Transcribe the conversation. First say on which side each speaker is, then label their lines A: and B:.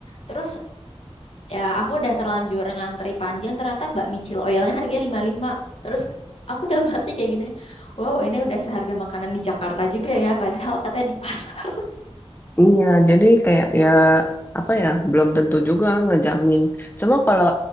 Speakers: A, on the left (about 70°); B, on the left (about 20°).
A: Terus ya aku udah terlanjur ngantri panjang ternyata bakmi chili oilnya harganya lima puluh lima Terus aku dalam hati kayak gini, wow ini udah seharga makanan di Jakarta juga ya padahal katanya di pasar.
B: Iya, jadi kayak ya apa ya belum tentu juga ngejamin. Cuma kalau